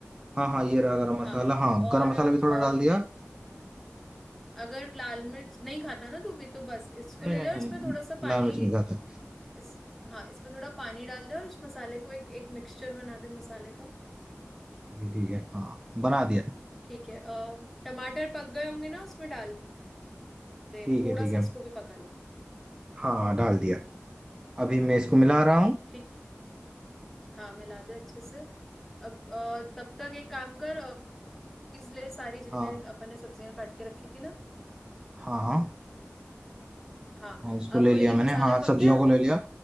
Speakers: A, on the right; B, in the centre.
A: हाँ हाँ ये रहा गरम
B: हाँ
A: मसाला हाँ
B: और
A: गरम मसाला
B: अ,
A: भी थोड़ा डाल दिया
B: अगर लाल मिर्च नहीं खाता ना तू भी तो बस इसको
A: नहीं
B: ले
A: नहीं
B: ले और इसमें
A: नहीं
B: थोड़ा सा पानी
A: लाल मिर्च नहीं खाता
B: इस हाँ इसमें थोड़ा पानी डाल दे और उस मसाले को एक एक मिक्सचर बना दे मसाले का
A: ठीक है ठीक है हाँ बना दिया
B: ठीक है अ, टमाटर पक गए होंगे ना उसमें डाल दे
A: ठीक
B: थोड़ा
A: है ठीक
B: सा
A: है
B: इसको भी पका ले
A: हाँ डाल दिया अभी मैं इसको मिला रहा हूँ
B: ठीक है हाँ मिला दे अच्छे से अब अ, तब तक एक काम कर अ, चीज़ ले सारी जितने
A: हाँ
B: अपन ने सब्जियां काट के रखी थी ना
A: हाँ हाँ
B: हाँ
A: हाँ उसको ले
B: अब
A: लिया
B: ये
A: मैंने
B: मसाला
A: हाँ
B: पक
A: सब्जियों
B: गया
A: को ले लिया